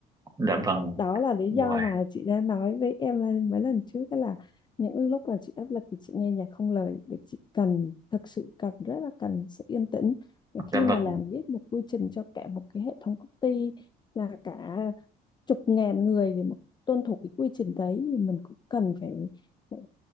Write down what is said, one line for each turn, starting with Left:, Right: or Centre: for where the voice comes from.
Right: dạ vâng
Left: đó là lý
Right: rồi
Left: do mà chị đã nói với em là mấy lần trước đó là những lúc mà chị áp lực thì chị nghe nhạc không lời vì chị cần thật sự cần rất là cần sự yên tĩnh Và khi
Right: dạ
Left: mà
Right: vâng
Left: làm viết một quy trình cho cả một cái hệ thống công ty là cả chục ngàn người để mà tuân thủ cái quy trình đấy thì mình cũng cần phải, phải